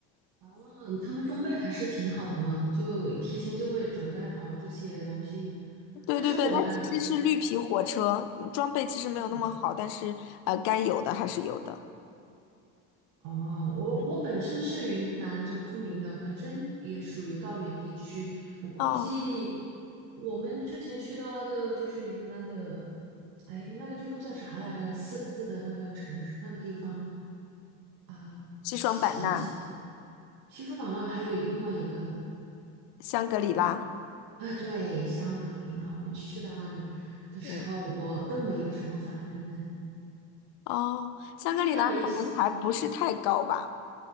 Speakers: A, on the right; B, on the left.
A: 哦，他们装备还是挺好的嘛，就提前就会准备好这些东西。
B: 对对对，
A: 但是我感觉，
B: 它其实是绿皮火车，嗯装备其实没有那么好，
A: 嗯，
B: 但是呃，该有的还是有的。
A: 哦，我我本身是云南，
B: 嗯，
A: 就是昆明的，本身也属于高原地区。我估计
B: 哦，
A: 我们之前去到那个就是云南的，哎，那个地方叫啥来着？四个字的那个城市，那个地方啊，
B: 西双版纳，
A: 想不起来。西双版纳还有另外一个。
B: 香格里拉。
A: 嗯。啊，对，香格里拉，我们去到那里的时候，
B: 嗯，
A: 我都没有什么反应呢，
B: 哦，香格里拉可能还不是太高吧？
A: 就是应该没有西藏那么高。